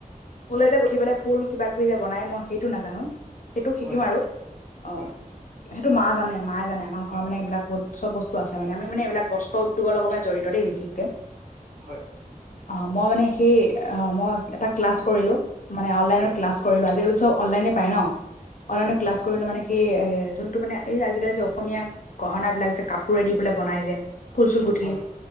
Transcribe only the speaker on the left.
উলে যে গুঠি পেলাই ফুল কিবা কিবি যে বনায় মই সেইটো নাজানো, সেইটো শিকিম
আৰু অ।
সেইটো মা জান মাই জানে আমাৰ ঘৰৰ মানে এইবিলাক বহুত চব বস্তু আছে মানে, আমি মানে এইবিলাক বস্ত্ৰ উদ্যোগৰ লগত মানে জড়ি ত দেই বিশেষকে।
অ' মই মানে সেই অ মই এটা ক্লাছ কৰিলো মানে অনলাইনৰ
ক্লাছ কৰিলোঁ। আজিকালি চব অনলাইনে পায় ন, অনলাইনৰ
ক্লাচ
কৰিলো মানে সেই এ যোনটো মানে এই আজিকালি যে অসমীয়া গহনা বিলাক যে কাপোৰে দি পেলাই বনাই যে ফুল চুল গুঠি